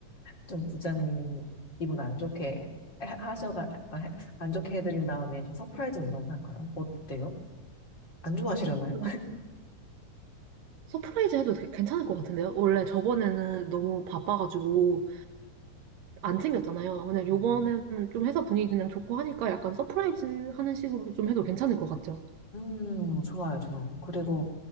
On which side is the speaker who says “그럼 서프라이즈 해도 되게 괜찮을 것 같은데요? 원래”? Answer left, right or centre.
Right